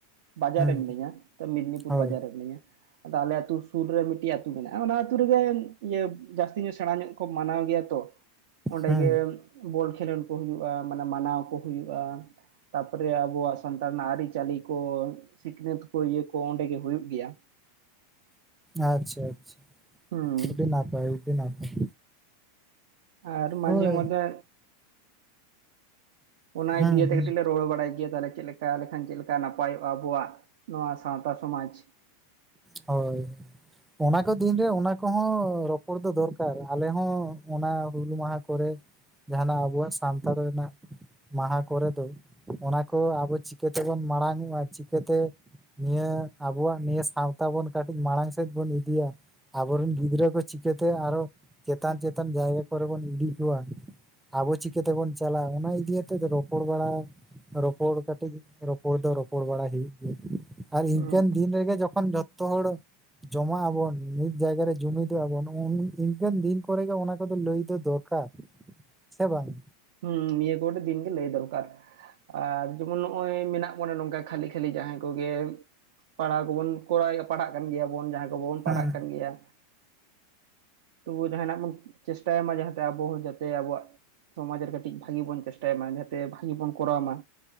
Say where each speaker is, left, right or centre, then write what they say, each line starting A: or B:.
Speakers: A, on the right (about 65°); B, in the centre.
A: ᱵᱟᱡᱟᱨ
B: ᱦᱩᱸ
A: ᱨᱮ ᱢᱤᱱᱟᱹᱧᱟ᱾ ᱛᱚ ᱢᱮᱫᱽᱱᱤᱯᱩᱨ
B: ᱦᱳᱭ
A: ᱵᱟᱡᱟᱨ ᱨᱮ ᱢᱤᱱᱟᱹᱧᱟ᱾ ᱟᱫᱚ ᱟᱞᱮ ᱟᱹᱛᱩ ᱥᱩᱨ ᱨᱮ ᱢᱤᱫᱴᱤᱡ ᱟᱹᱛᱩ ᱢᱮᱱᱟᱜᱼᱟ᱾ ᱚᱱᱟ ᱟᱹᱛᱩ ᱨᱮᱫᱚ ᱤᱭᱟᱹ ᱡᱟᱹᱥᱛᱤ ᱧᱚᱜ ᱥᱮᱬᱟ ᱧᱚᱜ ᱜᱮᱠᱚ ᱢᱟᱱᱟᱣ ᱜᱮᱭᱟ ᱛᱚ᱾ ᱚᱸᱰᱮ
B: ᱦᱩᱸ
A: ᱜᱮ ᱵᱚᱞ ᱠᱷᱮᱞᱳᱰ ᱠᱚ ᱦᱩᱭᱩᱜᱼᱟ᱾ ᱢᱟᱱᱮ ᱢᱟᱱᱟᱣ ᱠᱚ ᱦᱩᱭᱩᱜᱼᱟ᱾ ᱛᱟᱯᱚᱨᱮ ᱟᱵᱚᱣᱟᱼᱜ ᱥᱟᱱᱛᱟᱲ ᱨᱮᱱᱟᱼᱜ ᱟᱹᱨᱤ ᱪᱟᱹᱞᱤ ᱠᱚ ᱥᱤᱠᱷᱱᱟᱹᱛ ᱠᱚ ᱤᱭᱟᱹ ᱠᱚ ᱚᱸᱰᱮ ᱜᱮ ᱦᱩᱭᱩᱜ ᱜᱮᱭᱟ᱾
B: ᱟᱪᱪᱷᱟ - ᱟᱪᱪᱷᱟ
A: ᱦᱩᱸ
B: ᱩᱰᱮ ᱱᱟᱯᱟᱭ, ᱩᱰᱮ ᱱᱟᱯᱟᱭ᱾
A: ᱟᱨ ᱢᱟᱡᱮ
B: ᱦᱳᱭ
A: ᱢᱫᱷᱮ ᱚᱱᱟ
B: ᱦᱩᱸ
A: ᱫᱤᱭᱟᱛᱮ
B: ᱦᱩᱸ
A: ᱠᱟᱹᱴᱤᱡ ᱞᱮ ᱛᱚᱵᱮ ᱵᱟᱲᱟᱭ ᱜᱮᱭᱟ ᱛᱟᱞᱦᱮ ᱪᱮᱫ ᱞᱮᱠᱟᱠᱷᱟᱱ ᱪᱮᱫ ᱞᱮᱠᱟ ᱱᱟᱯᱟᱭᱚᱜᱼᱟ᱾ ᱟᱵᱚᱣᱟᱼᱜ ᱱᱚᱣᱟ ᱥᱟᱶᱛᱟ ᱥᱚᱢᱟᱡᱽ᱾
B: ᱦᱳᱭ ᱚᱱᱟ ᱠᱚ ᱫᱤᱱᱨᱮ ᱚᱱᱟ ᱠᱚᱦᱚᱸ ᱨᱚᱯᱚᱲ ᱫᱚ ᱫᱚᱨᱠᱟᱨ, ᱟᱞᱮᱦᱚᱸ ᱚᱱᱟ ᱦᱩᱞ ᱢᱟᱦᱟ ᱠᱚᱨᱮ ᱡᱟᱦᱟᱱᱟᱼᱜ ᱟᱵᱚᱣᱟᱼᱜ ᱥᱟᱶᱟᱱᱛᱟᱲ ᱨᱮᱱᱟᱜ ᱢᱟᱦᱟ ᱠᱚᱨᱮ ᱫᱚ ᱚᱱᱟ ᱠᱚ ᱟᱵᱚ ᱪᱤᱠᱟᱹᱛᱮᱵᱚᱱ ᱢᱟᱲᱟᱝᱜᱼᱟ᱾ ᱪᱤᱠᱟᱹᱛᱮ ᱱᱤᱭᱟᱹ ᱟᱵᱚᱣᱟᱼᱜ ᱱᱤᱭᱟᱹ ᱥᱟᱶᱛᱟ ᱵᱚᱱ ᱠᱟᱹᱴᱤᱡ ᱢᱟᱲᱟᱝ ᱥᱮᱫ ᱵᱚᱱ ᱤᱫᱤᱭᱟ᱾ ᱟᱵᱚᱨᱤᱱ ᱜᱤᱫᱽᱨᱟᱹ ᱠᱚ ᱪᱤᱠᱟᱹᱛᱮ ᱟᱨᱚ ᱪᱮᱛᱟᱱ - ᱪᱮᱛᱟᱱ ᱡᱟᱭᱜᱟ ᱠᱚᱨᱮ ᱵᱚᱱ ᱤᱫᱤ ᱠᱚᱣᱟ᱾ ᱟᱵᱚ ᱪᱤᱠᱟᱹ ᱛᱮᱵᱚᱱ ᱪᱟᱞᱟᱜᱼᱟ᱾ ᱚᱱᱟ ᱤᱫᱤᱭᱟᱛᱮ ᱨᱚᱯᱚᱲ ᱵᱟᱲᱟ᱾ ᱨᱚᱯᱚᱲ ᱠᱟᱹᱴᱤᱡ ᱨᱚᱯᱚᱲ ᱫᱚ ᱨᱚᱯᱚᱲ ᱵᱟᱲᱟᱭ ᱦᱩᱭᱩᱜ ᱜᱮᱭᱟ᱾ ᱟᱨ
A: ᱦᱩᱸ
B: ᱤᱱᱠᱟᱹᱱ ᱫᱤᱱ ᱨᱮᱜᱮ ᱡᱚ ᱠᱷᱟᱱ ᱡᱚᱛᱚ ᱦᱚᱲ ᱡᱚᱢᱟᱜ ᱟᱵᱚᱱ ᱢᱤᱫ ᱡᱟᱭᱜᱟᱨᱮ ᱡᱩᱢᱤᱫᱚᱜ ᱟᱵᱚᱱ, ᱤᱱᱠᱟᱱ ᱫᱤᱱ ᱠᱚᱨᱮ ᱜᱮ ᱚᱱᱟ ᱠᱚᱫᱚ ᱞᱟᱹᱭ ᱫᱚ ᱫᱚᱨ ᱠᱟᱨ ᱥᱮ ᱵᱟᱝ?
A: ᱦᱩᱸ ᱱᱤᱭᱟᱹ ᱫᱚ ᱠᱟᱹᱴᱤᱡ ᱫᱤᱱ ᱜᱮ ᱞᱟᱹᱭ ᱫᱚᱨᱠᱟᱨ᱾ ᱟᱨ ᱡᱮᱢᱚᱱ ᱱᱚᱜᱼᱚᱭ ᱢᱮᱱᱟᱜ ᱵᱚᱱᱟ ᱱᱚᱝᱠᱟ ᱠᱷᱟᱹᱞᱤ- ᱠᱷᱟᱹᱞᱤ ᱡᱟᱦᱟᱸᱭ ᱠᱚᱜᱮ᱾ ᱯᱟᱲᱦᱟᱣ ᱠᱚᱵᱚᱱ ᱠᱚᱨᱟᱣ ᱯᱟᱲᱦᱟᱜ ᱠᱟᱱ ᱜᱮᱭᱟᱵᱚᱱ ᱡᱟᱦᱟᱸᱭ ᱠᱚ ᱵᱟᱵᱚᱱ ᱯᱟᱲᱦᱟᱜ
B: ᱦᱮᱸ
A: ᱠᱟᱱ ᱜᱮᱭᱟ᱾ ᱛᱚᱵᱩ ᱡᱟᱦᱟᱱᱟᱼᱜ ᱵᱚᱱ ᱪᱮᱥᱴᱟᱭᱢᱟ, ᱟᱵᱚ ᱦᱚᱸ ᱡᱟᱛᱮ ᱟᱵᱚᱣᱟᱼᱜ ᱾ ᱥᱚᱢᱟᱡᱽ ᱨᱮ ᱠᱟᱹᱴᱤᱡ ᱵᱷᱟᱜᱤ ᱵᱚᱱ ᱪᱮᱥᱴᱟᱭ ᱢᱟ᱾ ᱡᱟᱛᱮ ᱵᱷᱟᱜᱤ ᱵᱚᱱ ᱠᱚᱨᱟᱣ ᱢᱟ᱿